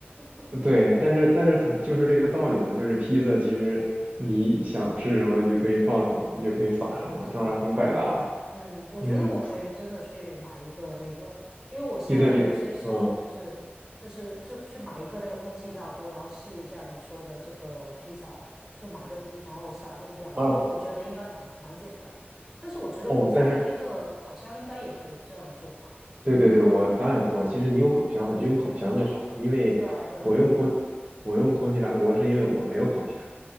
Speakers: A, in the centre; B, on the right.
A: <laughs>
B: 对，但是但是同就是这个道理嘛，就是披萨其实你想吃什么，
A: 嗯，
B: 你就可以放什么，你就可以撒什么，
A: 是是，
B: 当然很百搭的。
A: 嗯，我觉得我可以真的去买一个那个，
B: 嗯，
A: 因为我现在有些时候就是就是就去买一个那个空气炸锅，
B: 披萨饼，嗯
A: 然后试一下你说的这个披萨，就买个底，然后撒点料，
B: 啊
A: 因为我觉得应该蛮蛮简单的。但是我觉得我家的那个烤箱应该也可以这样做吧？
B: 哦，但是对对对，我刚想说，其实你有烤箱，
A: 嗯，
B: 你就用烤箱就好了，因为我用空我用空气炸锅是因为我没有烤箱，
A: 对啊，对啊，嗯，